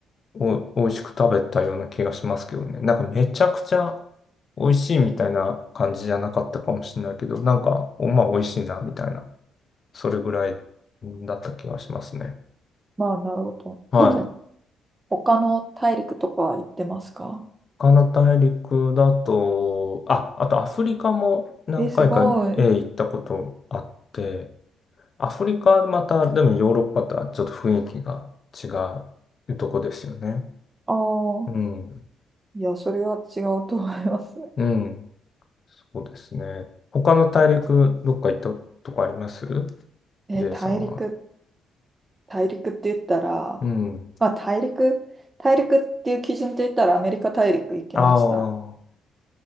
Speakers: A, on the left; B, on the right.
A: お、美味しく食べたような気がしますけどね。なんかめちゃくちゃ美味しいみたいな感じじゃなかったかもしれないけど、なんか、おまあ美味しいなみたいな、それぐらいだった気がしますね。
B: まあ、なるほど。
A: はい。
B: <coughs> <clears throat> 他の大陸とか行ってますか
A: 他の大陸だと、あ、あとアフリカも何回かえ行ったことあって、
B: え、すごい。
A: アフリカはまた、でもヨーロッパとはちょっと雰囲気が違うとこですよね。
B: ああ、
A: うん。
B: いや、それは違うと思います。
A: うん。そうですね。他の大陸、どっか行ったとこあります
B: <laughs> え、
A: ?J
B: 大陸、
A: さんは。
B: 大陸って言ったら、
A: うん。
B: まあ、大陸、大陸っていう基準で言ったらアメリカ大陸行きました。
A: ああ、